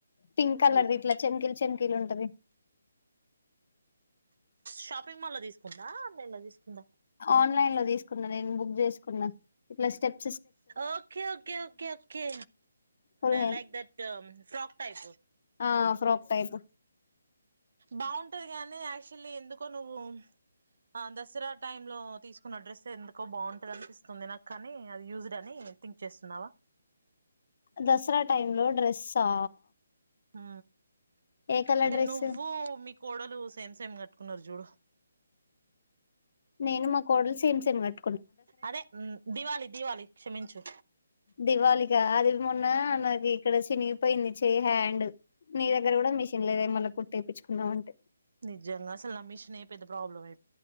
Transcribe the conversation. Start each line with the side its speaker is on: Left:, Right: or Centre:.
Left: పింక్ కలర్
Right: గుర్తు
Left: ఇట్లా చంకిల్ చంకి లుతాదీ
Right: షాపింగ్ మాల్ తీసుకుందా ఆన్లైన్ లో తీసుకుందా
Left: ఆన్లైన్ లో తీసుకున్న నేను బుక్ చేసుకున్నా ఇట్లా step
Right: okay okay okay okay
Left: full hand
Right: like that frock type
Left: ఆ ఫ్రక్ టైపు
Right: బాగుంటది గాని యాక్చువల్లీ ఎందుకో నువ్వు ఆ దసరా టైమ్ లో తీసుకున్న డ్రెస్ ఎందుకో బాగుంటది అనిపిస్తుంది నాకు కానీ అది యూస్డ్ అని ఎ థింక్ చేస్తున్నావా
Left: దసరా టైం లో డ్రెస్సా
Right: హ
Left: ఏ కలర్
Right: అంటే
Left: డ్రెస్
Right: నువ్వు మీ కోడలు సేమ్ సేమ్ కట్టుకో కున్నారు చూడు
Left: నేను మా కోడలు సేమ్ సేమ్ క్
Right: అదే దివాళి దివాళి క్షమించు
Left: దివాలిక అది మొన్న నాది ఇక్కడ చినిగిపోయింది చే హ్యాండ్ నీ దగ్గర కూడా మెషన్ లేద మళ్ళీ కుట్ట్ ఎపించుకుందాం అంటేయ్
Right: నిజంగా అసల నా మెషిన్ పెద్ద ప్రాబ్లం అయ్